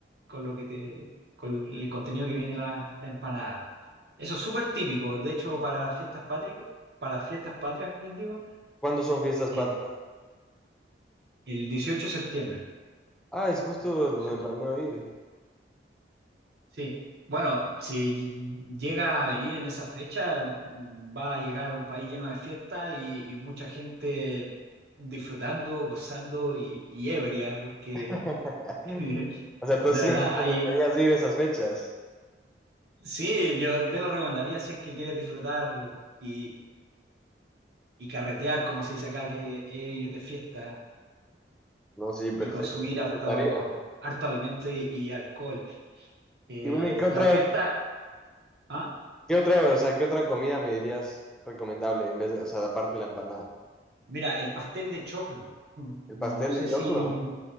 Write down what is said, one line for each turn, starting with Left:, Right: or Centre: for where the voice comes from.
Right: con lo que te con el contenido que viene la, la empanada. Eso es súper típico, de hecho para las fiestas patrias, para las fiestas patrias, bien digo,
Centre: ¿Cuándo son fiestas
Right: eh,
Centre: patrias?
Right: el 18 de septiembre.
Centre: Ah, es justo
Right: 18
Centre: donde
Right: de septiembre.
Centre: planeo ir.
Right: Sí, bueno, si ll- llega a venir en esa fecha, mm, va a llegar a un país lleno de fiestas y, y mucha gente disfrutando, gozando y, y ebria, porque
Centre: <laughs>
Right: <laughs>
Centre: O sea, tú
Right: de
Centre: sí
Right: verdad,
Centre: me recomendarías
Right: hay,
Centre: ir esas fechas.
Right: sí, yo te lo recomendaría si es que quieres disfrutar y, y carretear, como se dice acá, que es ir de fiesta
Centre: No, sí, perfecto,
Right: y consumir
Centre: me encantaría.
Right: harto, harto alimento y, y alcohol. Eh,
Centre: Y bueno, ¿y qué otra,
Right: la fiesta, ¿ah?
Centre: qué otra, o sea, qué otra comida me dirías recomendable en vez de, o sea, aparte de la empanada?
Right: Mira, el pastel de choclo. Mm,
Centre: ¿El
Right: No
Centre: pastel
Right: sé
Centre: de choclo?
Right: si